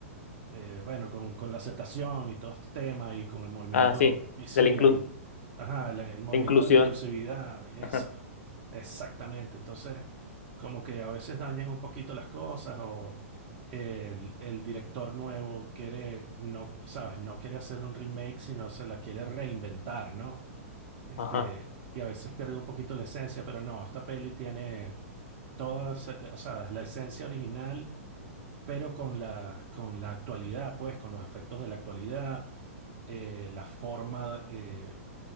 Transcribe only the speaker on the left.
Ah, sí,
de la inclu-
de inclusión.
Ajá,
ajá.